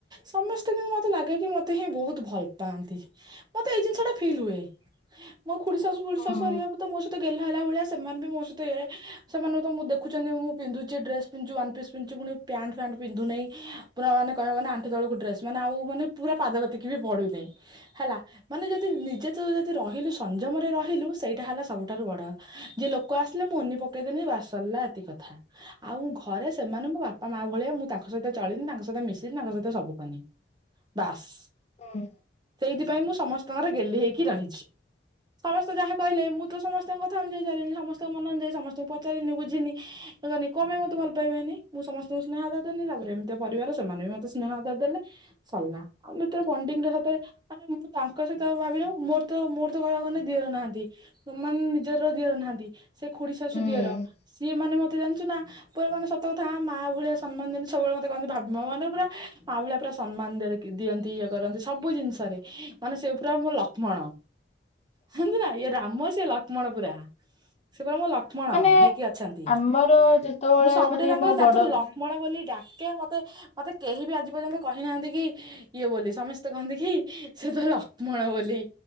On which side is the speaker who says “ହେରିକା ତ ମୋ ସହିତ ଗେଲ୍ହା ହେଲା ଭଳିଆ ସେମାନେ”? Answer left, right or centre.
Right